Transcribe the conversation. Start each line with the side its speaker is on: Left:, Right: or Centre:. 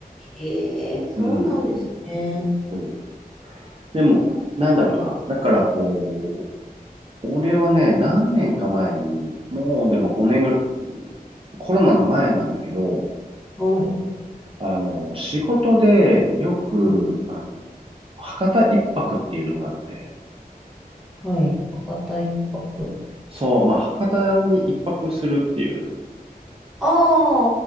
Centre: ええそうなんですね。
Right: うん。そうでも、なんだろうな。だからこう、俺はね、何年か前に、もうでも5年ぐらい、コロナの前なんだけど、
Centre: はい。
Right: あの、仕事でよく、
Centre: うん、
Right: あの、博多一泊っていうのがあって、
Centre: はい。博多一泊
Right: そう、まあ、博多に一泊するっていう、
Centre: ああ